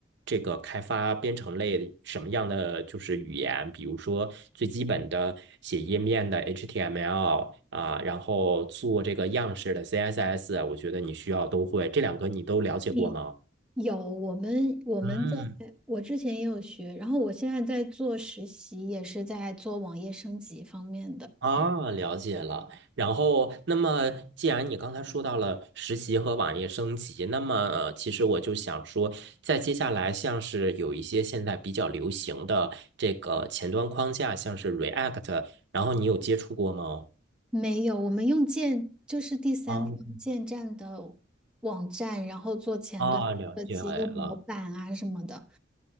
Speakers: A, on the right; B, in the centre.
A: 这个开发编程类什么样的就是语言，比如说最基本的写页面的 HTML 啊，然后做这个样式的 CSS，我觉得你需要都会。这两个你都了解过吗？
B: 你有我们我们在
A: 嗯，
B: 我之前也有学，然后我现在在做实习，也是在做网页升级方面的。
A: 啊，了解了。然后，那么既然你刚才说到了实习和网页升级，那么呃其实我就想说，在接下来像是有一些现在比较流行的这个前端框架，像是 React，然后你有接触过吗？
B: 没有，我们用建就是第三方建站的网站，
A: 啊，
B: 然后做前端设计，
A: 啊，了解了。
B: 用模板啊什么的。